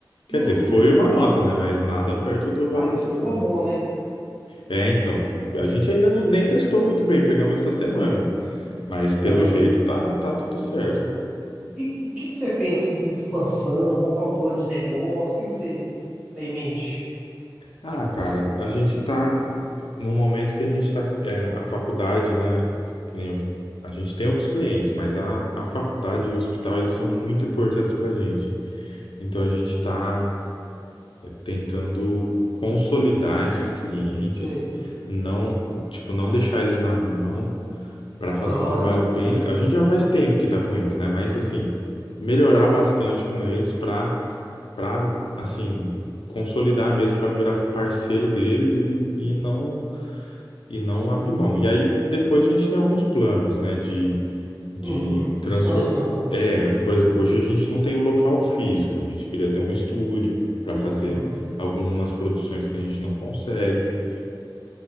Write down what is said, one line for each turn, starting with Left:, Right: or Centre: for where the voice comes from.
Left: Quer
Right: E
Left: dizer,
Right: o,
Left: foi
Right: o,
Left: uma
Right: o
Left: nota,
Right: pre-
Left: né? Mas nada perto do valor
Right: Mas ficou
Left: do drone.
Right: bom, né?
Left: É, então, a gente ainda não, nem testou muito bem, pegamos essa semana, mas pelo
Right: Aham.
Left: jeito tá, tá tudo certo.
Right: Uhum. E o que, que você pensa, assim, de expansão? Qual que é o plano de negócio? O que, que você tem em mente?
Left: Ah, cara, a gente tá num momento que a gente tá, é, a faculdade, né, que nem eu- a gente tem outros clientes, mas a, a faculdade e o hospital, eles são muito importantes pra gente. Então, a gente está tentando consolidar esses clientes,
Right: Sei.
Left: não, tipo, não deixar eles na mão para fazer
Right: Aham.
Left: um trabalho bem. A gente já faz tempo que está com eles, né? Mas assim, melhorar bastante com eles para para assim consolidar mesmo para virar parceiro deles e, e não e não abrir mão. E aí depois a gente tem alguns planos, né? De de
Right: Uhum.
Left: transformar.
Right: Expansão.
Left: É, por exemplo, hoje a gente não tem um local físico. A gente queria ter um estúdio para fazer
Right: Uhum.
Left: algumas produções que a gente não consegue.